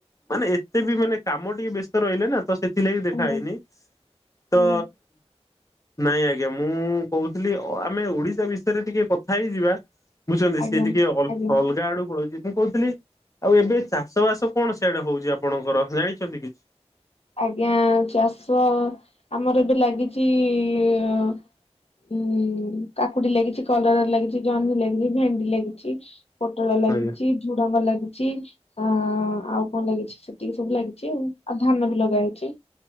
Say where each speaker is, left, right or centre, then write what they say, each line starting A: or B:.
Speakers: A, on the left (about 30°); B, on the left (about 65°).
A: ମାନେ ଏତେ ବି ମାନେ କାମ ଟିକେ ବ୍ୟସ୍ତ ରହିଲେ ନା ତ ସେ ଥିଲାଗି ଦେଖା
B: ଆଜ୍ଞା।
A: ହେଇନି ତ
B: ଆଜ୍ଞା।
A: ନାଇଁ ଆଜ୍ଞା ମୁଁ କହୁଥିଲି ଆମେ ଓଡିଶା ବିଷୟରେ ଟିକେ କଥା ହେଇଯିବା ବୁଝଛନ୍ତି
B: ଆଜ୍ଞା
A: ସିଏ ଟିକେ ଅ
B: ଆଜ୍ଞା
A: ଅଲଗା ଆଡୁ ପଳାଉଛି ମୁଁ କହୁଥିଲି ଆଉ ଏବେ ଚାଷ ବାସ କଣ ସିଆଡେ ହଉଛି ଆପଣଙ୍କର ଜାଣିଛନ୍ତି କିଛି?
B: ଆଜ୍ଞା ଚାଷ ଆମର ଏବେ ଲାଗିଛି ଇ ଅ ଉଁ କାକୁଡି ଲାଗିଛି କଲର ଲାଗିଛି ଜହ୍ନି ଲାଗିଛି ଭେଣ୍ଡି ଲାଗିଛି। ପୋଟଳ ଲାଗିଛି।
A: ଆଜ୍ଞା
B: ଝୁଡଙ୍ଗ ଲାଗିଛି ଆ ଆଉ କଣ ଲାଗିଛି ସେତିକି ସବୁ ଲାଗିଛି ଆଉ ଧାନ ବି। ଲଗା ହେଇଛି।